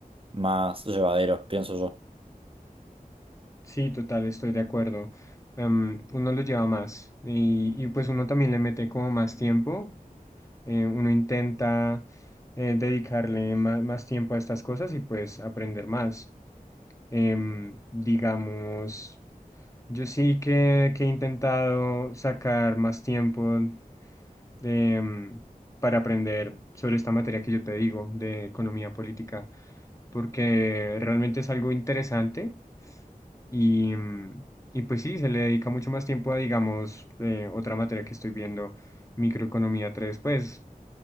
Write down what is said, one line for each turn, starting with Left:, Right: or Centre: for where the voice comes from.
Right: más llevadero, pienso yo.
Left: Sí, total, estoy de acuerdo em, uno lo lleva más y, y pues uno también le mete como más tiempo eh, uno intenta eh, dedicarle ma- más, tiempo a estas cosas y pues aprender más. Em, digamos, yo sí que, que he intentado sacar más tiempo de, em, para aprender sobre esta materia que yo te digo, de economía política, porque realmente es algo interesante y, em, y pues sí, se le dedica mucho más tiempo a, digamos, eh, otra materia que estoy viendo microeconomía tres pues